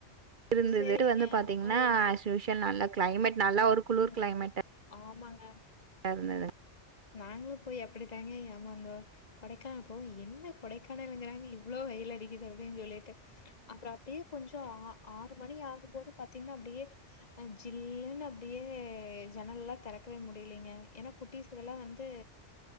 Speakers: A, on the right; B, on the left.
A: இருந்தது
B: செரிங்க
A: <inaudible> வந்து பாத்தீங்ன்னா
B: ஓ சரி
A: ஆஸ்யூஷல் நல்ல கிளைமேட் நல்லா ஒரு குளுர்
B: ம்
A: கிளைமேட்டா
B: ஆமாங்க
A: இருந்தது
B: ம் நாங்களு போய் அப்டித்தாங்க ஏமாந்தோ கொடைக்கானல் போயி என்ன கொடைக்கானலங்கிறாங்க இவ்ளோ வெயில் அடிக்குது அப்டின் சொல்லி ட்டு அப்றோ அப்டியே கொஞ்சோ ஆ ஆறு மணி ஆகும்போது பாத்தீங்ன்னா அப்டியே அ ஜில்லுன்னு அப்டியே ஜன்னல்லா தெறக்கவே முடியலைங்க ஏனா குட்டீஸ்கள்ல வந்து